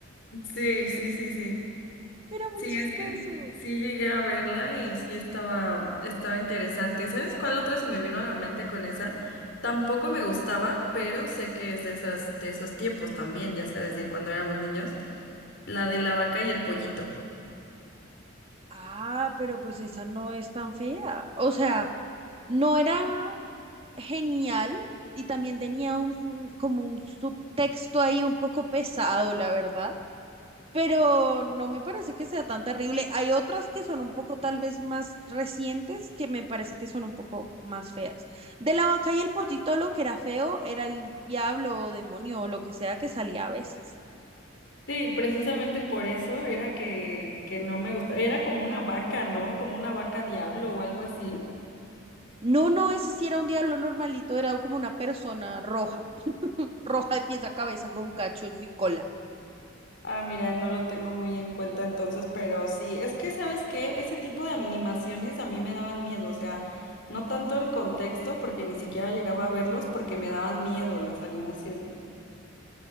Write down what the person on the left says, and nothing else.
Sí, sí, sí, sí.
Sí,
es que sí llegué a verla y sí estaba, estaba interesante. ¿Sabes cuál otra se me vino a la mente con esa?
Tampoco me gustaba, pero sé que es de esas, de esos tiempos también, ya sabes,
de cuando éramos niños, la de la vaca y el pollito.
Sí, precisamente por eso era que, que no me gustaba. Era como una vaca, ¿no? Como una vaca diablo o algo así.
Ah, mira, no lo tengo muy en cuenta entonces, pero sí, es que sabes que ese tipo de animaciones a mí me daban miedo, o sea, no tanto el contexto, porque ni siquiera
llegaba a verlos, porque me daban miedo las animaciones.